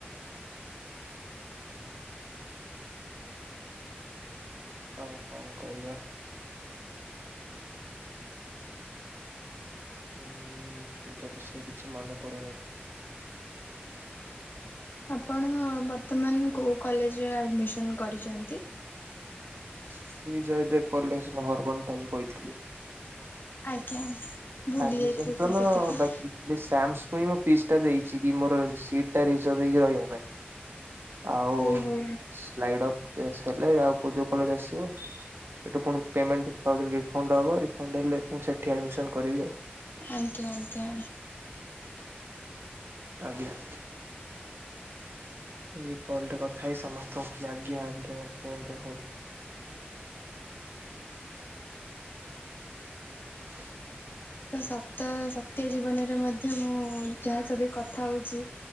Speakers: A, on the right (about 70°); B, on the left (about 60°).
A: ଆଉ କଣ କହିବା? ହୁଁ ସେମିତୀୟା ବିଷୟ କିଛି ମନେ ପଡୁନାହିଁ।
B: ଆପଣ ବର୍ତ୍ତମାନ କୋଉ କଲେଜରେ ଆଡ଼ମିସନ୍ କରିଛନ୍ତି?
A: ଶ୍ରୀ ଜୟଦେବ କଲେଜ <unintelligible> ରକଣ୍ଟା ଯୋଉ କହିଥିଲି।
B: ଆଜ୍ଞା ଆଜ୍ଞା ଭୁଲି
A: ଆଡମିସନ
B: ଯାଇଥିଲି
A: ତନ
B: ତ ସେଥିପାଇଁ
A: ବାକି ଶ୍ୟାମସ କୂ ହିଁ ମୁଁ ପିସ୍ ଟା ଦେଇଛି କି ମୋର ସିଟ ଟା ରିଜର୍ଭ ହେଇକି ରହିବା ପାଇଁ। ଆଉ <unintelligible>
B: ଓହୋ
A: ହେଲେ ଆଉୋ ଯୋଉ କଲେଜ ଆସିବ। ସେଠୁ ପୁଣି ପେମେଣ୍ଟ <inaudible> ରିଫଣ୍ଡ ହବ ରିଫଣ୍ଡ ହେଲେ ପୁଂନୀ ସେଠି ଆଡମିସନ କରିବି ଆଉ।
B: ଆଜ୍ଞା ଆଜ୍ଞା
A: ଆଜ୍ଞା ଏଇ କଲଟରେ କଥା ହେଇ ସମସ୍ତଙ୍କୁ କି ଆଜ୍ଞା ଆଜ୍ଞା ଆଜ୍ଞା ଆ୍ଞା ହଉ। ହ
B: ତ ସତ ସତ୍ୟ ଜୀବନରେ ମଧ୍ୟ ମୁଁ ଯାହା ସହବି କଥା ହଉଛି